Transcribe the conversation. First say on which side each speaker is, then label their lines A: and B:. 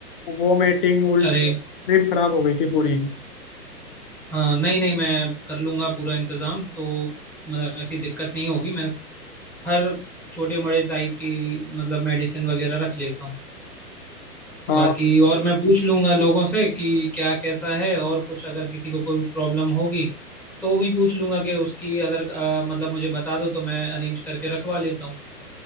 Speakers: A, on the left (about 35°); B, in the centre.
A: वॉमिटिंग उल्टी
B: अरे
A: ट्रिप खराब हो गई थी पूरी
B: हाँ नहीं नहीं मैं कर लूंगा पूरा इंतजाम तो मतलब ऐसी दिक्कत नहीं होगी मैं हर छोटे बड़े टाइप की मतलब मेडिसिन वगैरह रख लेता हूँ
A: हाँ
B: बाकी और मैं पूछ लूंगा लोगों से कि क्या कैसा है और कुछ अगर किसी को कोई प्रॉब्लम होगी तो भी पूछ लूंगा कि उसकी अगर अ, मतलब मुझे बता दो तो मैं अरेंज करके रखवा लेता हूँ